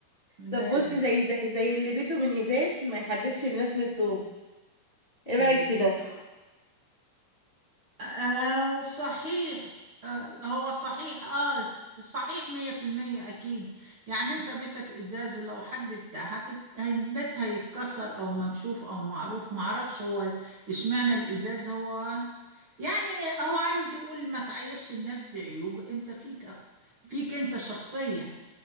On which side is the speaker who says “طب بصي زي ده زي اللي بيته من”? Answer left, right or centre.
Left